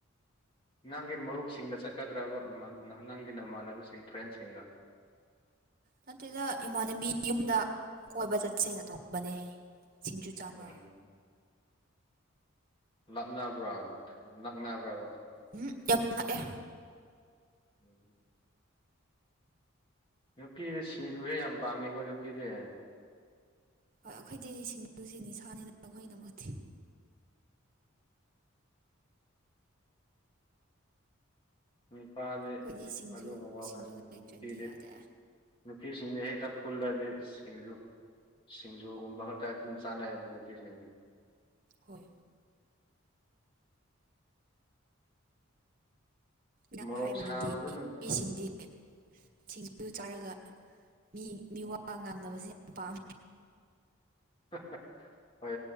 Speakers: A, on the left; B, on the right.
A: ꯅꯪꯒꯤ ꯃꯔꯨꯞꯁꯤꯡꯗ ꯆꯠꯀꯗ꯭ꯔꯕ ꯅꯪꯒꯤ ꯅꯃꯥꯟꯅꯕꯁꯤꯡ ꯐ꯭ꯔꯦꯟꯁꯤꯡꯒ
B: ꯅꯠꯇꯦꯗ ꯏꯃꯥꯟꯅꯕꯤ ꯌꯨꯝꯗ ꯀꯣꯏꯕ ꯆꯠꯁꯦꯅ ꯇꯧꯕꯅꯦ ꯁꯤꯡꯖꯨ ꯆꯥꯕ
A: ꯎꯝ ꯂꯥꯞꯅꯕ꯭ꯔꫭ ꯅꯛꯅꯕ꯭ꯔꫭꯕ
B: ꯎꯝ ꯌꯥꯝ ꯅꯛꯑꯦ
A: ꯎꯝ ꯅꯨꯄꯤꯁ ꯁꯤꯡꯖꯨꯁꯦ ꯌꯥꯝ ꯄꯥꯝꯃꯦꯀꯣ ꯅꯨꯄꯤꯁꯦ
B: ꯍꯣꯏ ꯑꯩꯈꯣꯏꯗꯤ ꯁꯤꯡꯖꯨꯁꯤ ꯅꯤꯁꯥꯥꯅꯤꯗ ꯅꯈꯣꯏꯗꯝꯃꯠꯇꯦ
A: ꯅꯨꯄꯥꯗꯤ
B: ꯑꯩꯈꯣꯏꯗꯤ ꯁꯤꯡꯖꯨ
A: ꯑꯗꯨꯒꯨꯝꯕ ꯋꯥꯈꯜ
B: ꯁꯤꯡꯖꯨ ꯂꯩꯇ꯭ꯔꯗꯤ
A: ꯅꯨꯄꯤꯗꯤ
B: ꯌꯥꯗꯦ
A: ꯅꯨꯄꯤꯁꯤꯡꯅ ꯍꯦꯛꯇ ꯐꯨꯜꯂꯗꯤ ꯁꯤꯡꯖꯨ ꯁꯤꯡꯖꯨꯒꯨꯝꯕ ꯈꯛꯇ ꯑꯗꯨꯝ ꯆꯥꯅꯩꯕ ꯅꯨꯄꯤꯁꯤꯡꯗꯤ
B: ꯍꯣꯏ <unintelligible>
A: ꯃꯣꯔꯣꯛ
B: ꯍꯥꯏꯕꯗꯨꯗꯤ
A: ꯁꯥꯕꯁꯨ
B: ꯃꯤꯁꯤꯡꯗꯤ <unintelligible> <unintelligible> ꯁꯤꯡꯖꯨ ꯆꯥꯔꯒ ꯃꯤ ꯃꯤꯋꯥ ꯉꯥꯡꯗꯕꯁꯦ ꯌꯥꯝ ꯄꯥꯝꯃꯦ
A: <inaudible> ꯍꯣꯏ